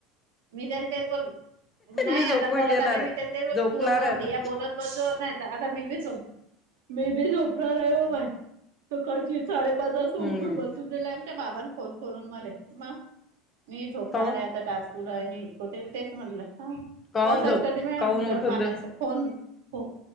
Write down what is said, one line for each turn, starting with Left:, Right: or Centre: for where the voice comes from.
Right: मी त्याल ते बोल नाही
Left: मी झोपून
Right: आता परत
Left: घेणार
Right: आला
Left: आहे.
Right: मी ते ते बोल
Left: झोपणार
Right: तू तु
Left: आहे आता
Right: भैया बोलत बस नाही. आता मी बी झ मी बी झोपरा रोय त कर्ची साडे. स उठून
Left: हम्म
Right: बसून गेलंय आमच्या बाबांनी फोन करून मला म. मी झोपणार
Left: काऊन
Right: आहे आता टासपूर हेक होते तेच म्हटलं. हा
Left: काऊन
Right: तसंच
Left: झोप
Right: कध म
Left: काऊन
Right: बुडावर
Left: उठून
Right: पाण्याचां
Left: दे
Right: फोन हो